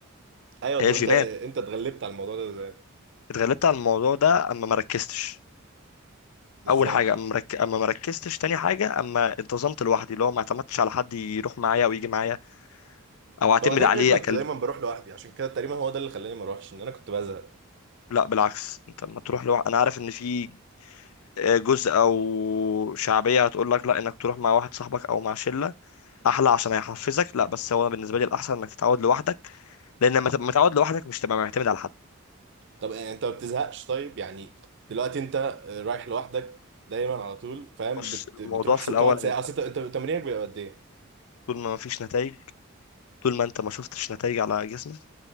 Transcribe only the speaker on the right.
ايوه طب
انت انت اتغلبت على الموضوع ده ازاي
ازاي
بقى
ما هو كده
كده كنت
دايما بروح لوحدي عشان كده تقريبا هو ده اللي خلاني ما اروحش ان انا كنت بزهق
طب آه، انت ما بتزهقش طيب يعني دلوقتي انت آه، رايح لوحدك دايما على طول فاهم
بت... بتروح
س- تقعد
ساعة اصل انت أنت تمرينك بيبقى قد